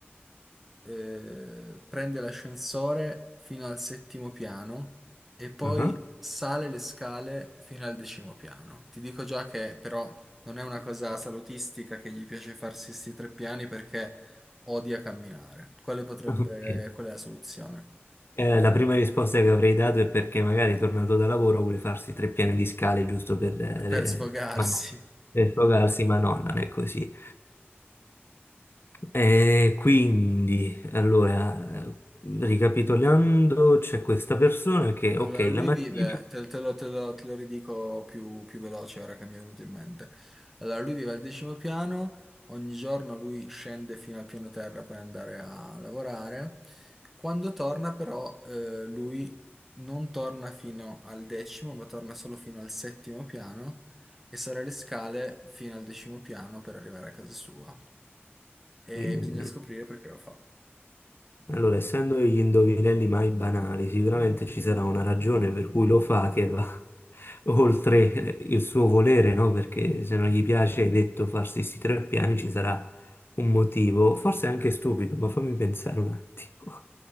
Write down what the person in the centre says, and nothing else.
eh, prende l'ascensore fino al settimo piano e poi
sale le scale fino al decimo piano. Ti dico già che però non è una cosa salutistica che gli piace farsi questi tre piani perché odia camminare. Quale potrebbe,
qual è la soluzione?
Per sfogarsi.
Allora, lui
vive, te, te lo, te lo- te lo ridico più, più veloce ora che mi è venuto in mente. Allora, lui vive al decimo piano, ogni giorno lui scende fino al piano terra per andare a lavorare. Quando torna però, eh, lui non torna fino al decimo, ma torna solo fino al settimo piano e sale le scale fino al decimo piano per arrivare a casa sua. E
bisogna scoprire perché lo fa.